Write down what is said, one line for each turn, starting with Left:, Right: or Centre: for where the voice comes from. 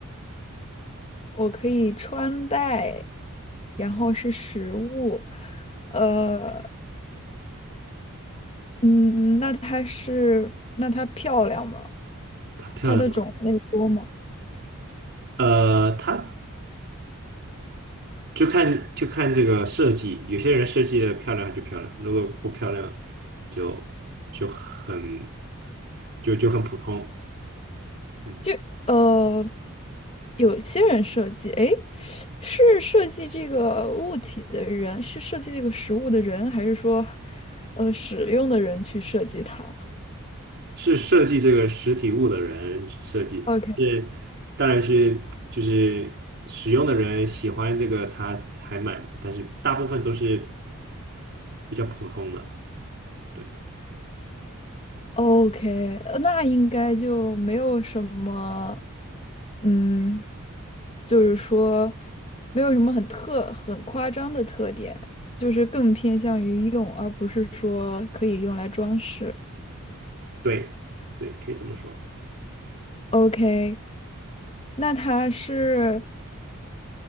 Left: 我可以穿戴，然后是食物。呃，嗯，那它是，那它漂亮吗？
Right: 它漂亮吗？
Left: 它的种类多吗？
Right: 呃，它。就看就看这个设计，有些人设计的漂亮就漂亮，如果不漂亮就就很就就很普通。嗯，
Left: 就呃，有些人设计，诶，是设计这个物体的人，是设计这个食物的人，还是说，呃，使用的人去设计它
Right: 是设计这个实体物的人设计的，
Left: o k
Right: 是当然是就是使用的人喜欢这个他才买嘛，但是大部分都是比较普通的，对
Left: o k 那应该就没有什么，嗯，就是说没有什么很特很夸张的特点，就是更偏向于用，而不是说可以用来装饰。
Right: 对对，可以这么说，
Left: OK，那它是，